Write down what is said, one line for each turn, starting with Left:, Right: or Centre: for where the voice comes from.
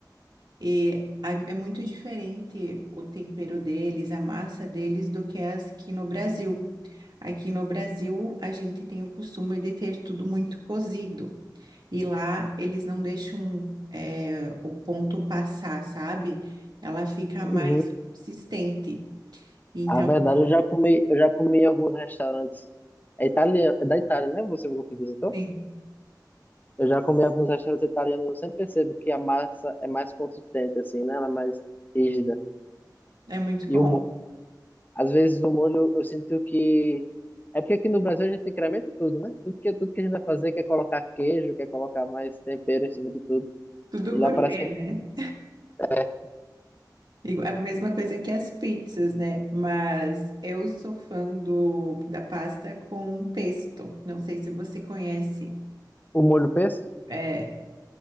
Right: E a- é muito diferente o tempero deles, a massa deles, do que as aqui no Brasil. Aqui no Brasil, a gente tem o costume de ter tudo muito cozido. E lá, eles não deixam, é, o ponto passar, sabe? Ela fica
Left: Uhum.
Right: mais consistente. Então,
Left: A verdade, eu já comi, eu já comi em alguns restaurantes. É italiano, é da Itália, né? Você falou que visitou?
Right: sim,
Left: Eu já comi em alguns restaurantes italianos. Eu sempre percebo que a massa é mais consistente, assim, né? Ela é mais rígida.
Right: é muito
Left: E
Right: bom.
Left: o Às vezes o molho eu sinto que. É porque aqui no Brasil a gente incrementa tudo, né? Tudo que, tudo que a gente vai fazer quer colocar queijo, quer colocar mais tempero em cima de tudo.
Right: Tudo
Left: E
Right: gourmet,
Left: lá parece que
Right: né?
Left: é
Right: Digo, A mesma coisa que as pizzas, né? Mas eu sou fã do, da pasta com pesto. Não sei se você conhece.
Left: o molho pesto.
Right: É,